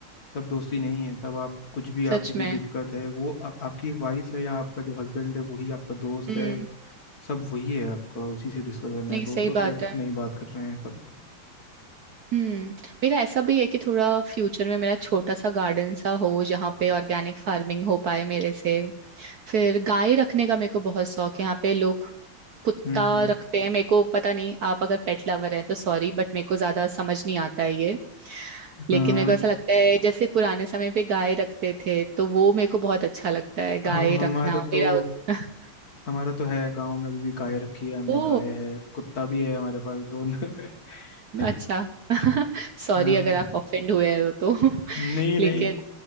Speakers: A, on the left; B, on the right.
A: तब दोस्ती नहीं है तब आप कुछ भी आपकी
B: सच
A: कोई
B: में
A: दिक्कत है वो आप, आपकी एक वाइफ है या आपका जो हस्बैंड है वही आपका दोस्त
B: हम्म
A: है सब वही है आपका उसी से डिस्कस करना
B: नहीं
A: है दोस्तों
B: सही
A: से
B: बात है
A: नहीं बात कर रहे हैं तब
B: हम्म मेरा ऐसा भी है कि थोड़ा फ्यूचर में मेरा छोटा सा गार्डन सा हो जहाँ पे ऑर्गेनिक फार्मिंग हो पाए मेरे से फिर गाय रखने का मेरे को बहुत शौक है यहाँ पे लोग कुत्ता
A: हम्म
B: रखते हैं मेरे को पता नहीं आप अगर पेट लवर हैं तो सॉरी बट मेरे को ज्यादा समझ नहीं आता है ये लेकिन
A: हाँ
B: मेरे को ऐसा लगता है जैसे पुराने समय पे गाय रखते थे तो वो मेरे को बहुत अच्छा लगता है गाय
A: हम हमारे
B: रखना
A: तो
B: मेरा <laughs>
A: हमारा तो है गांव में अभी भी गाय रखी है हमने
B: ओ
A: गाय है कुत्ता भी है हमारे पास दोनों है
B: अच्छा
A: <laughs>
B: सॉरी
A: हाँ
B: अगर आप ऑफेंड हुए हो तो <laughs>
A: नहीं
B: लेकिन
A: नहीं